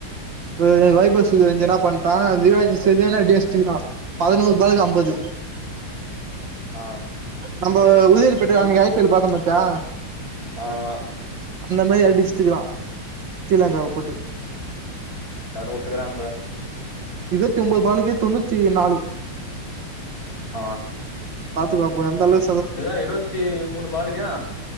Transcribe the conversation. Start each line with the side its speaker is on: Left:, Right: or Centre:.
Right: <unintelligible> வைபவ் சூரியவன்ஷி என்னா பண்ட்டா திவாங்கி செரியான அடி அஸ்ட்டுகுறா பதனோரு பாலுக்கு அம்பது
Left: ஆ
Right: நம்ப உதியோர் பேட்டைல அன்னைக்கி ஐ பி எல் பாத்தோ பாத்தியா
Left: <unintelligible>
Right: அந்த மாரி அடிஸ்ட்டுக்குறா ஸ்ரீலங்காவ போட்டு
Left: டர்ரு உட்டுகுறாண்ற
Right: இருவத்தி ஒம்போது பாலுக்கே தொன்னூத்தி நாலு
Left: ஆ
Right: பாத்துக்காப்போ எந்த அளவுக்
Left: இதா இருவத்தி மூணு பாலுக்கா